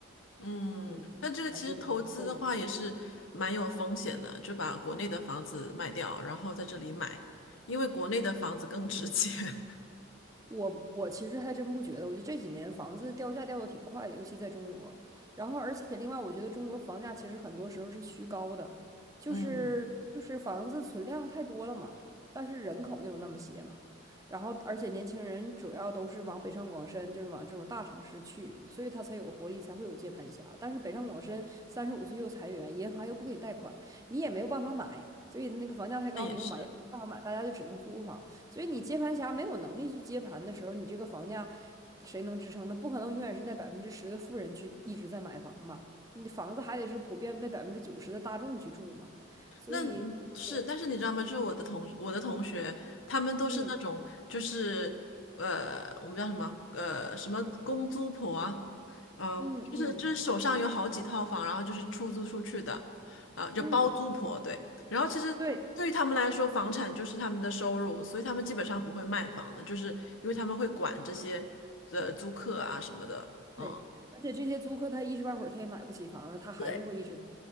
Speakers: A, on the left (about 70°); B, on the right (about 15°).
A: 嗯，
B: 嗯，
A: 但这个其实投资的话也是蛮有风险的，
B: 还是得供
A: 就把国内的房子卖掉，然后在这里买，因为国内的房子更值钱。<laughs>
B: 我我其实还真不觉得，我觉得这几年房子掉价掉的挺快的，尤其在中国。然后，而且另外，我觉得中国房价其实很多时候是虚高的，就是就是房子存量太多了嘛，
A: 嗯，
B: 但是人口没有那么些嘛。然后，而且年轻人主要都是往北上广深，就是往这种大城市去，所以他才有活力，才会有接盘侠。但是北上广深三十五岁又裁员，银行又不给你贷款，你也没有办法买，所以他那个房价太高，
A: 那也是。
B: 你又买办法买，大家就只能租房。所以你接盘侠没有能力去接盘的时候，你这个房价谁能支撑呢？不可能永远是那百分之十的富人去一直在买房吧？你的房子还得是普遍那百分之九十的大众去住嘛。所以我，
A: 那嗯是，但是你知道吗？就是我的同我的同学，他们都是那种就是呃，
B: 嗯
A: 我们叫什么呃什么公租婆啊，啊、
B: 嗯嗯
A: 就是就是手上有好几套房，然后就是出租出去的，啊、就包租婆对。
B: 嗯，
A: 然后其实对于他们来说，
B: 对
A: 房产就是他们的收入，所以他们基本上不会卖房的，就是因为他们会管这些的租客啊什么的，嗯
B: 对，而且这些租客他一时半会儿他也买不起房子，他还是会一直
A: 对，